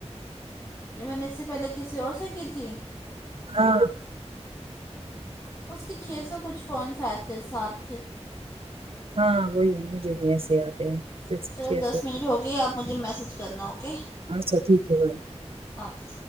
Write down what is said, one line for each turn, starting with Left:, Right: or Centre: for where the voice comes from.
Left: جی میں نے اس سے پہلے کسی اور سے کی تھی
Right: ہاں
Left: اس کی چھ سو کچھ کوئنس آے تھے ساتھ
Right: ہاں وہی ہے مجھے بھی ایسے آتے ہیں صرف
Left: چلو
Right: چھ
Left: دس
Right: سو
Left: منٹ ہو گئے آپ مجھے میسج کرنا اوکے
Right: اچھا ٹھیک ہے بائے
Left: آٹھ